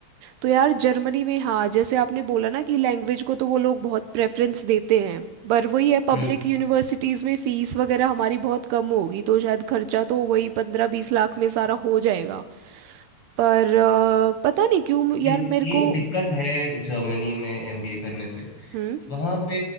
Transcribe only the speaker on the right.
तो यार जर्मनी में हाँ जैसे आपने बोला ना कि लैंग्वेज को तो वो लोग बहुत प्रेफरेंस देते हैं पर वही है पब्लिक
यूनिवर्सिटीज़ में फीस वगैरह हमारी बहुत कम होगी तो शायद खर्चा तो वही पंद्रह बीस लाख में सारा हो जाएगा पर अ, पता नहीं क्यों यार
मेरे
को
हम्म